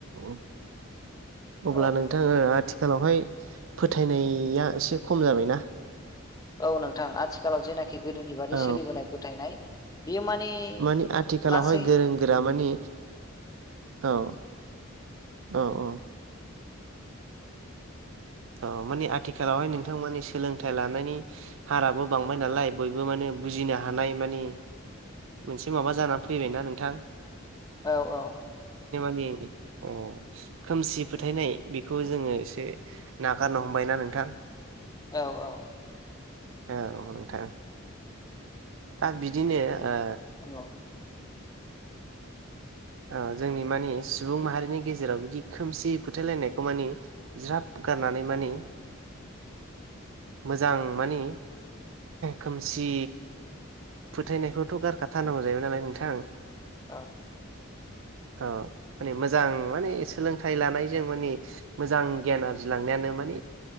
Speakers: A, on the right; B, on the left.
A: औ अब्ला
B: औ
A: नोंथाङा आथिखालावहाय फोथायनाया एसे खम जाबायना
B: औ नोंथां आथिखालाव जेनाखि गोदोनि बादि
A: औ
B: सोलिबोनाय फोथायनाय बियो माने
A: मानि आथिखालावहाय
B: लासै
A: गोरों गोरा मानि औ औ औ
B: <inaudible>
A: औ मानि आथिखालावहाय नोंथांमोननि सोलोंथाइ लानायनि हाराबो बांबाय नालाय बयबो माने बुजिनो हानाय मानि मोनसे माबा जानानै फैबायना नोंथां।
B: औ औ
A: ए अ खोमसि फोथायनाय बेखौ जोङो एसे नागारनो हमबायना नोंथां।
B: औ औ
A: औ नोंथां दा बिदिनो ओ
B: औ औ
A: ओ जोंनि मानि सुबुं माहारिनि गेजेराव बिदि खोमसि फोथायलायनायखौ मानि ज्राब गारनानै मानि मोजां मानि खोमसि फोथायनायखौथ' गारखाथारनांगौ जाहैबाय नालाय नोंथां
B: औ
A: औ माने मोजां माने सोलोंथाइ लानायजों माने मोजां गियान आरजिलांनायानो मोन